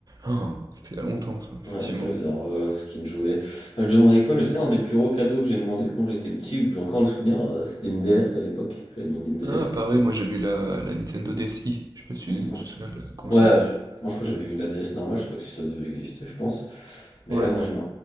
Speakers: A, on the right; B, on the left.
A: Oh, c'était il y a longtemps ça, effectivement.
B: ouais, Toys R Us, Skin Jouet. Ah, je demandais quoi? Je sais, un des plus gros cadeaux que j'ai demandé quand j'étais petit, où j'ai encore le souvenir, heu, c'était une DS à l'époque. J'avais demandé une DS.
A: Ah pareil, moi j'avais la, la Nintendo DSi, je sais pas si tu,
B: Mmh,
A: tu te souviens de la console.
B: ouais, ouais, je moi, je crois que j'avais eu la DS normale, je sais pas si ça devait exister, je pense. Mais
A: Ouais.
B: ouais, moi, je me